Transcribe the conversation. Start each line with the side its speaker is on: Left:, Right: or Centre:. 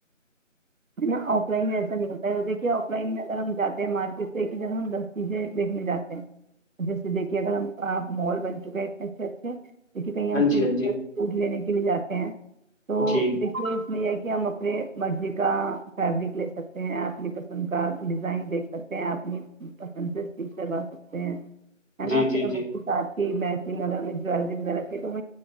Right: ن آف لائن میں ایسا نہیں ہوتا ہے وہ دیکھیے آف لائن میں اگر ہم جاتے ہیں مارکیٹ ایک جگہ ہم دس چیزیں دیکھنے جاتے ہیں جیسے دیکھیے اگر ہمپ مال بن چکے ہیں اتنے اچھے اچھے کیکہ کہیں
Left: ہاں
Right: ہم
Left: جی ہاں جی
Right: فٹ لینے کے لیے جاتے ہیں تو
Left: جی
Right: دیکھیے اس میں یہ کہ ہم اپنے مرضی کا فیبرک لے سکتے ہیں اپنی پسند کا ڈیزائن دیکھ سکتے ہیں اپنی پسند سے ییک کروا سکتے ہیں ہے نا
Left: جی جی
Right: پھر اس
Left: جی
Right: کے ساتھ ہی میچ ج جویلری وغیرہ خد